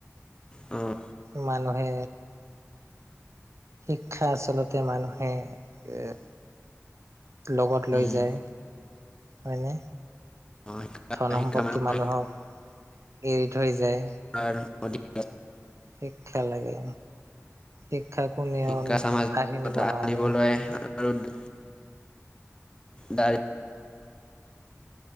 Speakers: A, on the left; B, on the right.
A: উম।
B: মানুহে শিক্ষা আচলতে মানুহে এ লগত লৈ
A: উম,
B: যায় হয়নে?
A: অ' শিকা
B: ধন -
A: শিকা
B: সম্পত্তি
A: মানুহৰ
B: মানুহক এৰি থৈ যায়।
A: আৰ অধি
B: শিক্ষা লাগে, শিক্ষা কোনেও
A: শিক্ষা সামাজিকতা
B: কাঢ়ি নিব নোৱাৰে।
A: আনিবলৈ <unintelligible> দাই